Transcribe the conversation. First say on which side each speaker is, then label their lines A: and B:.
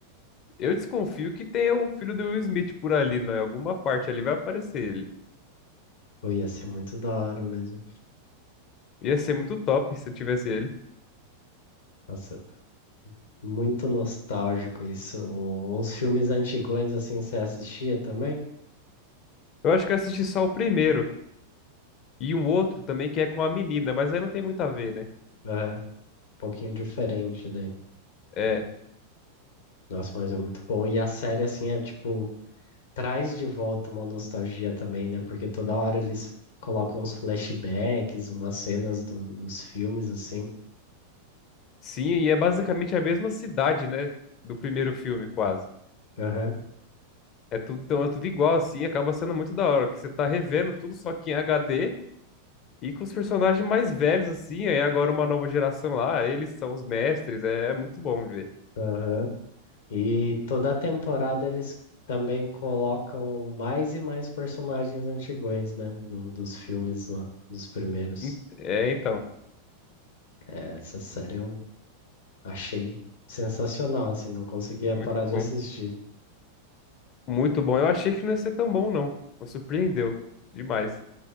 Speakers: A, on the left; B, on the left.
A: Eu desconfio que tenha o filho do Will Smith por ali, né? Em alguma parte ali vai aparecer ele.
B: Pô, ia ser muito da hora mesmo.
A: Ia ser muito top se tivesse ele.
B: Nossa, muito nostálgico isso. O- Uns filmes antigões assim você assistia também?
A: Eu acho que eu assisti só o primeiro. E um outro também que é com a menina, mas aí não tem muito a ver, né?
B: É, um pouquinho diferente daí.
A: É.
B: Nossa, mas é muito bom. E a série, assim, é tipo. traz de volta uma nostalgia também, né? Porque toda hora eles colocam uns flashbacks, umas cenas do- dos filmes, assim.
A: Sim, e é basicamente a mesma cidade, né? Do primeiro filme, quase.
B: Aham,
A: É tudo, então é tudo igual, assim, acaba sendo muito da hora, que você tá revendo tudo só que em HD E com os personagens mais velhos, assim, aí agora uma nova geração lá, eles são os mestres, é, é muito bom de ver.
B: aham. E toda temporada eles também colocam mais e mais personagens antigões, né? Do- dos filmes lá, dos primeiros.
A: En- É, então,
B: É, essa série eu achei sensacional, assim, não conseguia
A: muito
B: parar de
A: bom.
B: assistir.
A: Muito bom. Eu achei que não ia ser tão bom, não. Me surpreendeu demais.